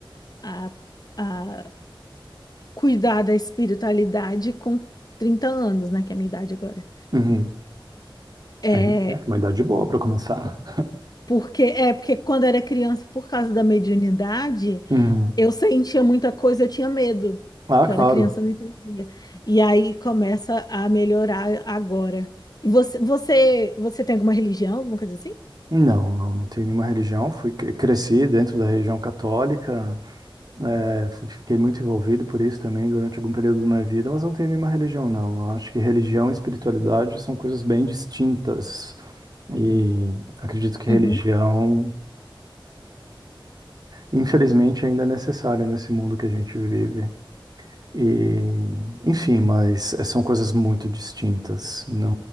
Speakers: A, on the left; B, on the right.
A: a, a cuidar da espiritualidade com 30 anos, né? Que é a minha idade agora.
B: Uhum.
A: É,
B: É, é uma idade boa para começar.
A: porque, é porque quando era criança, por causa da mediunidade,
B: Uhum.
A: Eu sentia muita coisa, eu tinha medo,
B: Ah,
A: porque
B: claro.
A: eu era criança, eu não entendia. E aí começa a melhorar agora. E você, você, você tem alguma religião, alguma coisa assim?
B: Não, não, não tenho nenhuma religião. Fui, cresci dentro da religião católica, É, fu- fiquei muito envolvido por isso também durante algum período da minha vida, mas não tenho nenhuma religião, não. Eu acho que religião e espiritualidade são coisas bem distintas. E acredito que
A: Uhum.
B: religião, infelizmente, ainda é necessária nesse mundo que a gente vive. E, enfim, mas eh, são coisas muito distintas. Não,